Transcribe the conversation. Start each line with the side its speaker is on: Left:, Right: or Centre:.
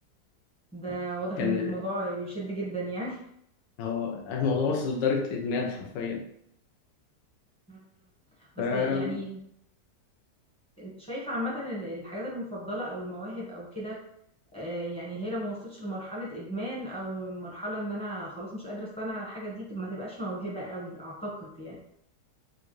Centre: ده واضح
Left: كان
Centre: ان الموضوع بيشد جدا يعني
Left: هو الموضوع وصل لدرجة الإدمان حرفيا
Centre: مم. بس
Left: فمش
Centre: يعني شايفة عامة إن الحاجات المفضلة او المواهب او كده آه، يعني هي لو ما وصلتش لمرحلة ادمان او مرحلة ان انا خلاص مش قادرة استنى على الحاجة دي ما تبقاش موهبة قوي اعتقد يعني